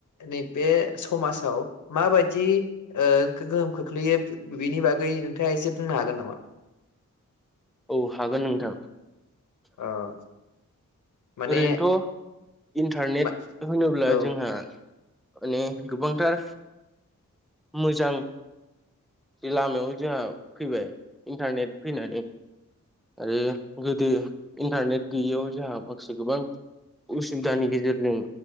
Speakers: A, on the left; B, in the centre.
A: नैबे समासआव मा बायदि ओ गोहोम खोख्लैयो बिनि बागै नोंथाङा एसे फोर नो हागोन नामा?
B: औ हागोन नोंथां।
A: ओ माने
B: ओरैनोथ' इन्टारनेट
A: मा-
B: होनोब्ला
A: औ
B: जोंहा माने गोबांथार मोजां बे लामायाव जोंहा फैबाय इन्टारनेट फैनानै आरो गोदो इन्टारनेट गैयैआव जाहा माखासे गोबां उसुबिदानि गेजेरजों